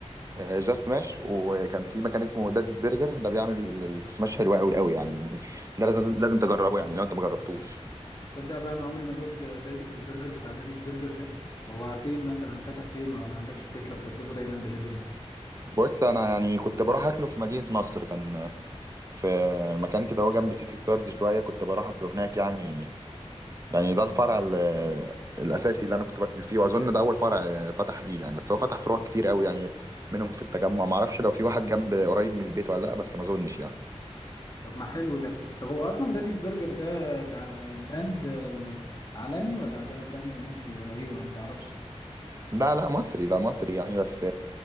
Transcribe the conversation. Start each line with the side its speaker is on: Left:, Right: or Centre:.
Right: آه، جاست سماش وكان في مكان اسمه داديز برجر ده بيعمل ال- السماش حلو قوي قوي يعني ده لازم لازم تجربه يعني لو انت ما جربتوش
Left: تصدق بقى انا عمري ما دقت دادي البرجر بتاع داديز برجر ده هو فين مثلا فاتح فين ولا ما عندكش فكرة بتطلبه دايما دليفري
Right: بص انا يعني كنت بروح اكله في مدينة نصر كان في مكان كده هو جنب سيتي ستارز شوية كنت بروح اكله هناك يعني يعني ده الفرع ال- الاساسي اللي انا كنت باكل فيه واظن ده اول فرع فتح ليه يعني بس هو فتح فروع كتير قوي يعني منهم في التجمع معرفش لو في واحد جنب قريب من البيت ولا لا بس ما اظنش يعني
Left: طب ما حلو ده طب هو اصلا داديز برجر ده ده براند آه، عالمي ولا ده براند مصري ولا ايه ولا ما تعرفش
Right: لا لا مصري ده مصري يعني بس